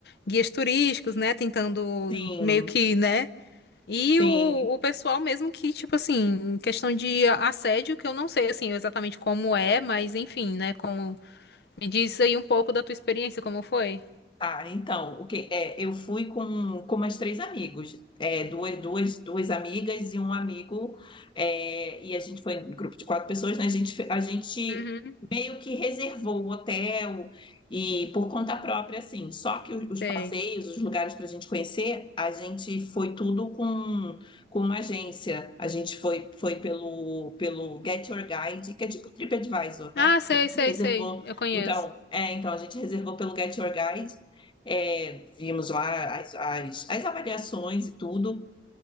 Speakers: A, on the left; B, on the left.
A: guias turísticos, né? Tentando
B: Sim,
A: meio que, né? E
B: sim.
A: o, o pessoal mesmo que, tipo assim, em questão de assédio, que eu não sei, assim, exatamente como é, mas enfim, né, como... Me diz aí um pouco da tua experiência, como foi?
B: Tá, então, o que é, eu fui com, com mais três amigos, é, duas, duas, duas amigas e um amigo, é, e a gente foi em grupo de quatro pessoas, né? A gente, fe- a gente
A: Uhum,
B: meio que reservou o hotel e por conta própria, assim, só que o- os,
A: sei.
B: passeios, os lugares para a gente conhecer, a gente foi tudo com, com uma agência, a gente foi, foi pelo, pelo Get Your Guide, que é tipo um TripAdvisor, né?
A: Ah, sei,
B: A gente
A: sei,
B: reservou,
A: sei, eu conheço.
B: então, é, então a gente reservou pelo Get Your Guide, é, vimos lá as, as, as avaliações e tudo.